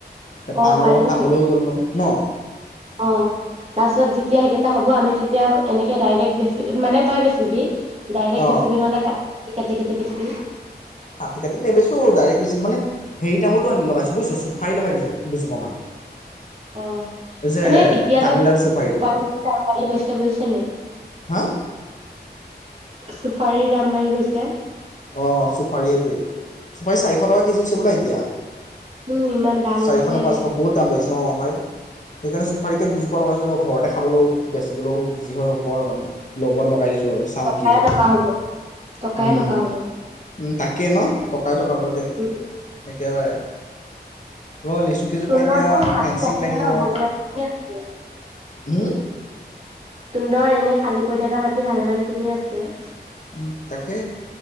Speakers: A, on the left; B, on the right.
A: তে
B: অ'
A: পাণৰ
B: পাৰিবিতো।
A: লগত তামোলো হৈ গ'ল মোৰ ন
B: অ তাৰপাছত যেতিয়া সেইকেইটা হ'ব আমি তেতিয়া এনেকে ডাইৰেক্ট বেছি মানে তই বেচিবি ডাইৰেক্টে
A: অ'
B: বেছিবি নহ'লে কাটি কাটি কাটি বেছিবি
A: কাটি কাটি নেবেছো ডাইৰেক্ট বেছিম মানে হেৰি তামোলটো আনি লগাইছো বুইছ চুফাৰি লগাই দিছো দুজোপামান
B: অ
A: এই যে
B: মানে এতিয়ালৈ
A: তামিলনাডু চুফাৰিটো
B: চুপাৰি লৈছে বুজিছ নে
A: হা
B: চুফাৰীৰ দাম বাঢ়ি গৈছে
A: অ চুফাৰী সেইটোৱে চুফাৰী চাৰিশ টকা কেজি হৈছে বোলে এতিয়া।
B: উম ইমান দাম
A: চাৰিশ
B: হৈছে
A: নে পাঁচশ বহুত দাম বাঢ়িছে অ ভাই সেইকাৰণে চুফাৰীকৈ দুজোপা লগাইছো ৰ ঘৰতে খাবলেও বেচিবলেও যি হয় হ'ব আৰু মানে লগত লগাই দিছো আৰু চাও কি
B: টকাই
A: হয়
B: টকা হ'ব টকাই
A: উম
B: টকা হ'ব
A: উম তাকেই ন টকাই টকাই দে
B: উম
A: একেবাৰে ৰ লিচু কেইজোপা
B: তুন্দৰটো
A: এতিয়া
B: মাজতে
A: ফেঞ্চিং
B: আছিলে
A: লাগিব
B: ন ভালেমান খিনিয়ে আছিলে
A: হুম,
B: তুন্দৰ এনে খালী পৰি থকা মাটি ভালেমানখিনি আছে
A: উ তাকে